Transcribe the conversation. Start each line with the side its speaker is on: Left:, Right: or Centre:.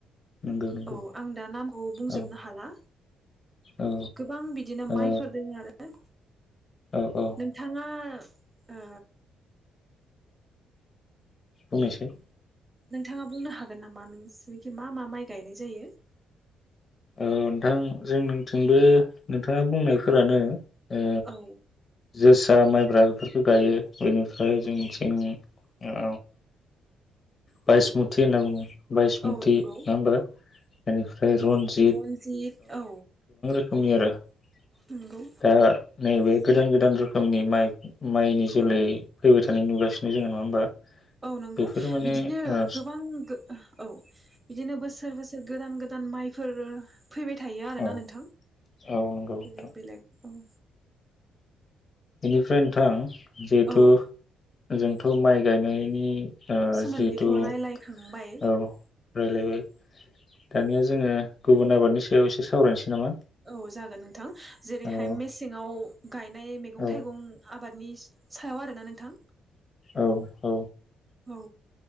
Left: नंगौ नंगौ
Right: औ आं दा नामखौ बुंजोबनो
Left: औ
Right: हाला
Left: औ
Right: गोबां बिदिनो माइफोर
Left: ओ
Right: दोङो आरो
Left: औ औ
Right: नोंथाङा ओ
Left: बुंनोसै
Right: नोंथाङा बुंनो हागोन नामा नोंसोरनिखि मा मा माइ गायनाय जायो।
Left: नोंथां जोंथिंबो नोंथाङा बुंनायफोरानो ओ
Right: औ
Left: जोस <unintelligible> माइब्रा बेफोरखौ गायो बेनिफ्राय जोंथिं औ बाइसमुथि होन्ना बुङो। बायसमुति
Right: औ नंगौ
Left: नङा होमबा एनिफाय रनजि
Right: रनजित औ
Left: <unintelligible>
Right: नंगौ
Left: दा नै बे गोदान गोदान रोखोमनि माइ माइनि जोलै फैबाय थानाय नुगासिनो जोङो नङा होमबा।
Right: औ नंगौ
Left: बेफोरो माने
Right: बिदिनो
Left: ओ
Right: गोबां गो औ बिदिनो बोसोर बोसोर गोदान गो गोदान माइफोर फैबाय थायो आरोना
Left: ओ
Right: नोंथां
Left: औ नंगौ नोंथां
Right: बेलेग बेलेग औ
Left: बेनिफ्राय नोंथां जिहेथु
Right: औ
Left: जोंथ' माइ गायनायनि दा
Right: सोमोन्दैथ'
Left: जिहेथु औ
Right: रायलायखांबाय
Left: रालायो दानिया जोङो गुबुन आबादनि सायाव एसे सावरायनोसै नामा?
Right: औ जागोन नोंथां। जेरैहाय
Left: औ
Right: मेसेंआव गायनाय मैगं
Left: औ
Right: थाइगं आबादनि सायाव आरोना नोंथां
Left: औ-औ
Right: औ